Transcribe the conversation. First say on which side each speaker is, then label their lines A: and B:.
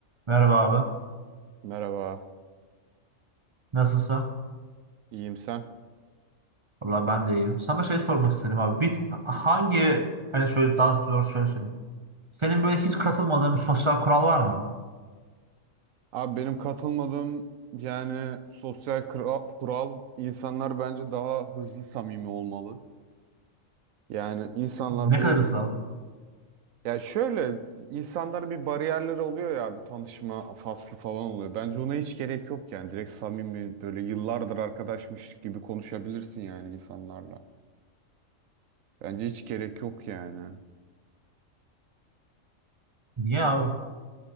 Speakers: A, on the right (about 45°); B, on the right (about 85°).
A: Merhaba abi.
B: Merhaba,
A: Nasılsın?
B: iyiyim sen.
A: Valla ben de iyiyim. Sana şey sormak istedim abi. Bir, hangi hani şöyle daha zor şöyle söyleyeyim. Senin böyle hiç katılmadığın bir sosyal kural var mı abi?
B: Abi benim katılmadığım yani sosyal kura- kural insanlar bence daha hızlı samimi olmalı. Yani insanlar
A: Ne
B: bu
A: kadar ısrar abi?
B: ya şöyle insanların bir bariyerleri oluyor ya bir tanışma faslı falan oluyor. Bence ona hiç gerek yok yani direkt samimi böyle yıllardır arkadaşmış gibi konuşabilirsin yani insanlarla. Bence hiç gerek yok yani.
A: Niye abi?